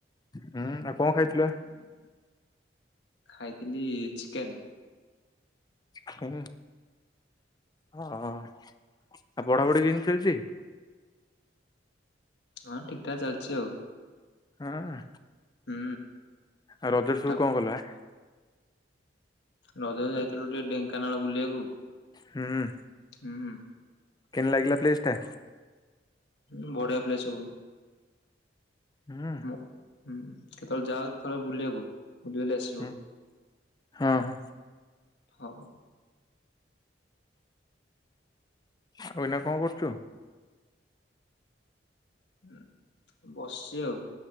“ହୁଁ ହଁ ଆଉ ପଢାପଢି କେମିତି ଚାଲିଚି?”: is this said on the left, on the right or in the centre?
Left